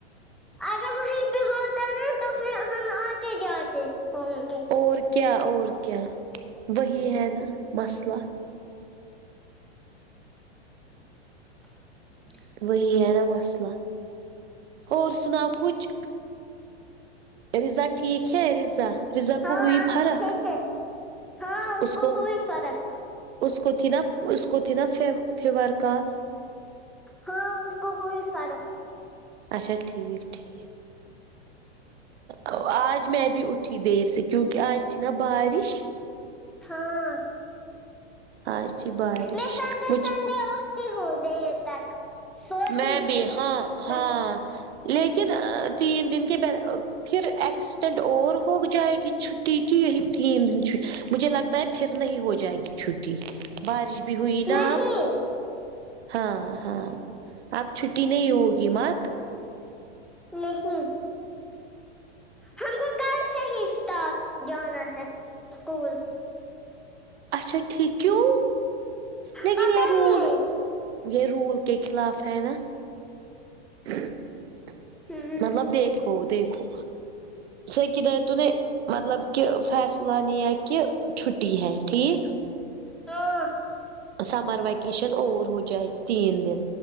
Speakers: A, in the centre; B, on the right.
A: اگر وہیں پہ ہوتا ہے نا تو پھر ہم آتے جاتے ہوں گے
B: اور کیا اور کیا وہی ہے نا مسلہ
A: <inaudible>
B: وہی ہے نا مسئلہ اور سناؤ کچھ رضا ٹھیک ہے رضا رضا
A: ہاں
B: کو ہوئی
A: اچھے
B: فرق
A: سے ہاں
B: اس کو
A: ہوئی فرق
B: اس کو تھی نا اس کو تھی نا فیور کل
A: ہاں اس کو ہوئ فرق
B: اچھا ٹھیک ٹھیک آ آج میں بھی اٹھی دیر سے کیونکہ آج تھی نا بارش
A: ہاں
B: آج تھی بارش
A: میں سنڈے
B: مج
A: سنڈے اٹھتی ہوں دیر تک سوتی
B: میں بھی
A: ہوں
B: ہاں
A: سن...
B: ہاں لیکن تین دن کے ب پھر ایکسیڈینٹ اور ہو جائے گی چھٹی کی یہی تین دن چھ مجھے لگ تا ہے پھر نہیں ہو جائے گی چھٹی بارش بھی ہوئی نا
A: نہیں
B: اب ہاں ہاں اب چھٹی نہیں ہوگی مات
A: نہیں ہم کو کل سے ہی اسٹا رٹ جانا ہے اسکول
B: اچھا ٹھیک کیوں لیکن
A: پتہ
B: یہ رول
A: ہی نہیں
B: یہ رول کے خلاف ہے نا <unintelligible>
A: ہم،
B: مطلب دیکھو دیکھو صحیح کیا توں نے مطلب کہ فیصلہ نیا یا کیوں چھٹی ہے ٹھیک
A: اں
B: سمر وکیشن اور ہو جائے تین دن